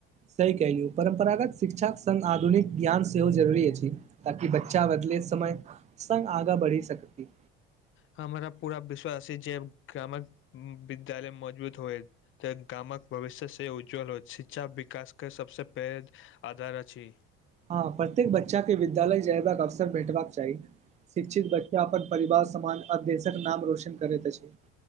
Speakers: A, on the right; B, on the left.
A: सही कलियू परम्परागत शिक्षाक सङ्ग आधुनिक ज्ञान सेहो जरूरी अछि ताकि बच्चा बदले समय सङ्ग आगाँ बढ़ि सकत
B: हमरा पूरा विश्वास ह जे ग्रामक विद्यालय मौजूद होए तऽ गामक भविष्य से उज्ज्वल होयत शिक्षा विकासके सभसँ पैघ आधार अछि
A: हँ प्रत्येक बच्चा के विद्यालय जयबाक अवसर भेटबाक चाही शिक्षित बच्चा अपन परिवार समान आ देशक नाम रौशन करैत अछि